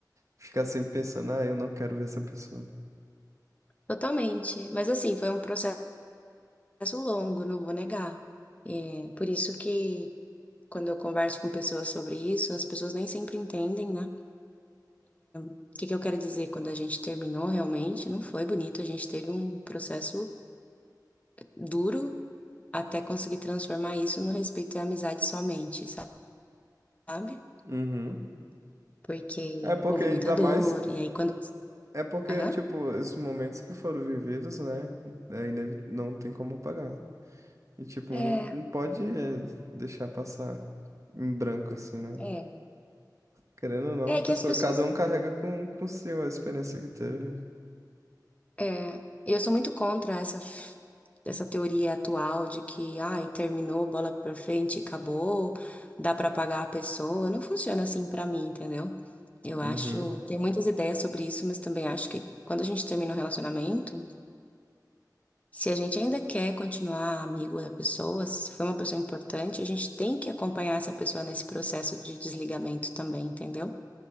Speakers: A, on the right (about 45°); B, on the left (about 20°).
A: ficar sempre pensando, ah, eu não quero ver essa pessoa.
B: totalmente. Mas assim, foi um processo longo, não vou negar. É, por isso que quando eu converso com pessoas sobre isso, as pessoas nem sempre entendem, né? O que que eu quero dizer? Quando a gente terminou, realmente não foi bonito. A gente teve um processo duro até conseguir transformar isso no respeito e amizade somente, sabe?
A: Uhum.
B: Porque
A: É porque
B: houve
A: ainda
B: muita dor.
A: mais,
B: E aí, quando.
A: é porque,
B: Aham.
A: tipo, esses momentos que foram vividos, né? É inevi- não tem como apagar. E, tipo,
B: É,
A: não, não pode eh, deixar passar em branco, assim, né?
B: É.
A: Querendo ou não,
B: É
A: a pessoa,
B: que as pessoas
A: cada um carrega com, consigo a experiência que teve.
B: É, eu sou muito contra essa, f- essa teoria atual de que, ai, terminou, bola pra frente, acabou, dá pra pagar a pessoa. Não funciona assim pra mim, entendeu? Eu
A: Uhum,
B: acho, tem muitas ideias sobre isso, mas também acho que quando a gente termina um relacionamento, se a gente ainda quer continuar amigo da pessoa, se foi uma pessoa importante, a gente tem que acompanhar essa pessoa nesse processo de desligamento também, entendeu?